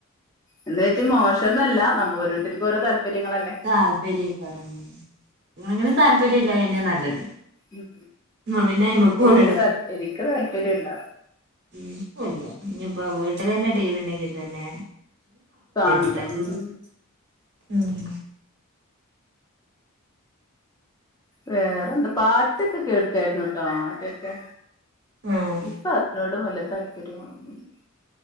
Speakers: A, on the left; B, on the right.
A: എന്ന് വെച്ച് മോശംന്നോല്ല നമ്മ ഓരോരുത്തർക്കും ഓരോ താല്പര്യങ്ങളല്ലേ
B: താല്പര്യേക്കാരം അങ്ങനെങ്ങനെ താല്പര്യം ഇല്ലായെന്നെ നല്ലത്
A: ഉം
B: എന്നാ പിന്നെ അയ്മക്ക് പോവൂലല്ലോ
A: എനിക്ക് താൽ എനിക്ക് താല്പര്യല്ല
B: ന്നോല്ല്യ ഇഞ്പ്പോ വീട്ട്ലെന്നെ ടി വി ഇണ്ടെങ്കി തന്നെ
A: കാണൂല
B: <unintelligible>
A: ഉം
B: ഉം
A: വേറെ എന്താ പാട്ടൊക്കെ കേൾക്കായിരുന്നുട്ടോ ആദ്യോക്കെ
B: ആഹ്
A: ഇപ്പ അതിനോടും വല്ല താല്പര്യങ്ങോളോന്ന്ല്ല